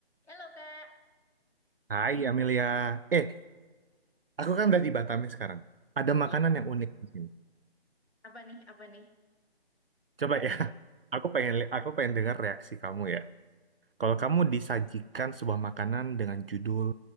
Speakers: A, on the left (about 80°); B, on the right (about 65°).
A: Halo Kak,
B: Hai Amelia. Eh, aku kan udah di Batam nih sekarang. Ada
A: ya
B: makanan yang unik di sini.
A: apa nih apa nih
B: Coba
A: bahas
B: ya. <laughs>
A: dong.
B: Aku pengen li- aku pengen dengar reaksi kamu ya. Kalau kamu disajikan sebuah makanan dengan judul